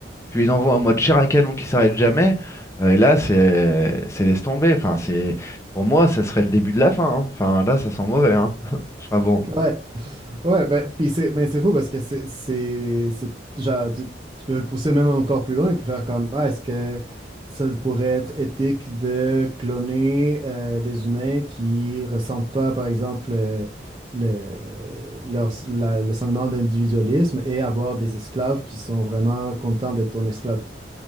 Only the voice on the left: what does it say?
Tu les envoies en mode chair à canon qui s'arrête jamais. euh, et là, c'est c'est laisse tomber. Enfin, c'est pour moi, ça serait le début de la fin. hein. Enfin, là, ça sent mauvais. Hein. <laughs> Enfin, bon.